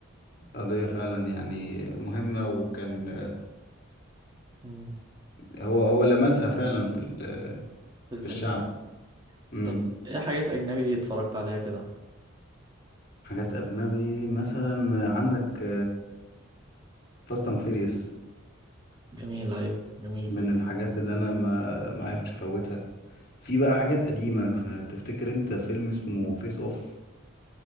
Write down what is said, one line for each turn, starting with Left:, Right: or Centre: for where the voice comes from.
Left: قضيه فعلا يعني مهمه وكان
Right: امم
Left: هو هو لمسها فعلا في ال...
Right: في الفيلم
Left: في الشعب
Right: يعني
Left: امم
Right: طب ايه حاجات اجنبي اتفرجت عليها كده
Left: حاجات اجنبي مثلا عندك فاست اند فيريوس
Right: جميل ايوه جميل
Left: من
Right: فيلم
Left: الحاجات اللي انا ما ما عرفتش افوتها في بقى حاجات قديمه ف- تفتكر انت فيلم اسمه فيس اوف